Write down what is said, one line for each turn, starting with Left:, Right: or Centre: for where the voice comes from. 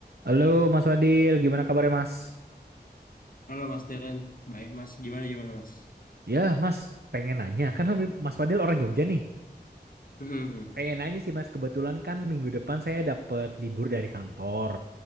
Right: Halo Mas Fadil, gimana kabarnya Mas?
Left: Halo Mas Deren, baik Mas, gimana gimana Mas?
Right: Ya Mas, pengen nanya, kan Mas Fadil orang Jogja nih.
Left: Hmm,
Right: Pengen nanya sih Mas, kebetulan kan minggu depan saya dapat libur dari kantor.